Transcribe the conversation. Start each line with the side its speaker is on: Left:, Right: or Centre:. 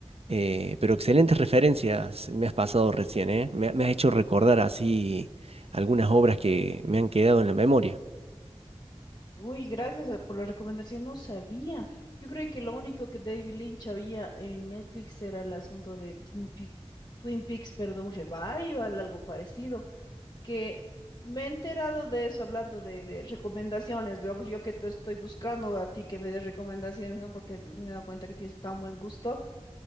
Right: Eh, pero excelentes referencias me has pasado recién, ¿eh? me me has hecho recordar así algunas obras que me han quedado en la memoria.
Left: Uy, gracias eh, por la recomendación, no sabía. Yo creo que lo único que David Lynch había en Netflix era el asunto de Teen Pe- Twin Peaks, perdón, Revival, algo parecido. que me he enterado de eso hablando de, de recomendaciones, digamos, yo que te estoy buscando a ti que me des recomendaciones, ¿no? Porque me he dado cuenta que tienes tan buen gusto.